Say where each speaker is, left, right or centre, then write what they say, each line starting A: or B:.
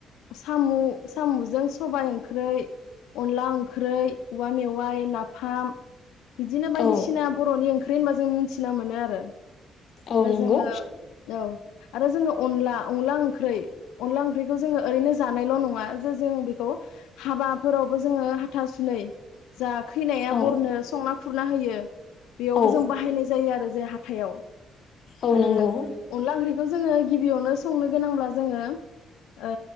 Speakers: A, on the left (about 85°); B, on the left (about 65°).
A: सामु सामुजों सबाय ओंख्रै अनला ओंख्रै उवा मेवाइ नाफाम बिदिनो बायदिसिना
B: औ
A: बर'नि ओंख्रि दे होनबा जों मिथिना मोनो आरो।
B: औ
A: दा
B: नंगौ।
A: जोङो औ आरो जोंङो अनला अनलाओंख्रै अनला ओंख्रैखौ जोंङो ओरैनो जानायल' नंङा जे जों बेखौ हाबाफोरावबो जोंङो हाथा सुुनै जा खैनाया
B: औ
A: बरनो संना खुरना होयो। बेयावबो
B: औ
A: जों बाहायनाय जायो आरो। जे हाथायाव
B: औ
A: आरो
B: नंगौ
A: अनला ओंख्रिखौ जोंङो गिबियावनो संनो गोनांब्ला जोङो ओ‌